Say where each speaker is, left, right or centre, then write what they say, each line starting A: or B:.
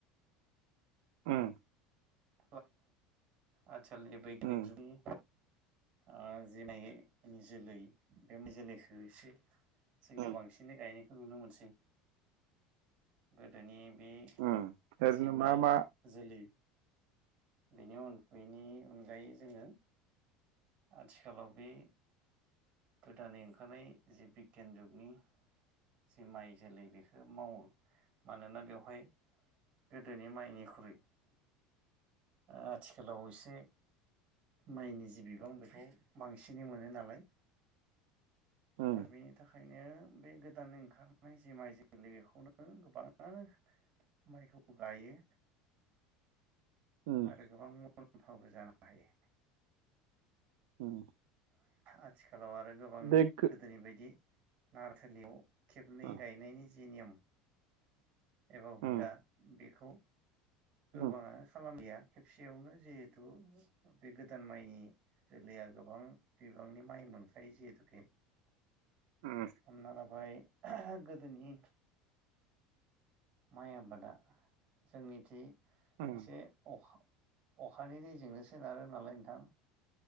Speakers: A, on the right (about 75°); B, on the right (about 40°).
A: उम।
B: <unintelligible> आथिखालनि बैग्यानिक
A: उम
B: जुगनि ओ जिनै नि जोलै बे जोलैखो एसे जोंनियाव
A: उम
B: बांसिनै गायनायखौ नुनो मोनसै। गोदोनि बे
A: उम ओरैनो
B: जि माइ
A: मा मा
B: जोलै बेनि अन बेनि अनगायै जोङो आथिखालाव बे गोदानै ओंखारनाय जि बिज्ञान जुगनि जि माइ जोलै बेखौ मावो। मानोना बेवहाय गोदोनि माइनिख्रुइ आथिखालाव एसे माइनि जि बिबां बेखौ बांसिनै मोनो नालाय
A: उम
B: दा बेनि थाखायनो बे गोदान ओंखारनाय जि माइ जोलै बेखौनो गोबाङानो माइखौ गाइयो
A: उम
B: आरो गोबां मुलाम्फाबो जानो हायो।
A: उम
B: आथिखालाव आरो गोबां
A: बे गो
B: गोदोनि बायदि नारथोलिय' खेबनै
A: उम
B: गायनायनि जि नियम - एबा हुदा
A: उम
B: बेखौ गोबाङानो
A: उम
B: खालामलिया खेबसेयावनो जिहेथु बे गोदान माइनि जोलैया गोबां बिबांनि माइ मोनखायो जिहेथुके
A: उम।
B: हमना लाबाय गोदोनि माइ आबादा जोंनिथि
A: उम
B: एसे अख-अखानि दैजोंनो सोनारो नालाय नोंथां।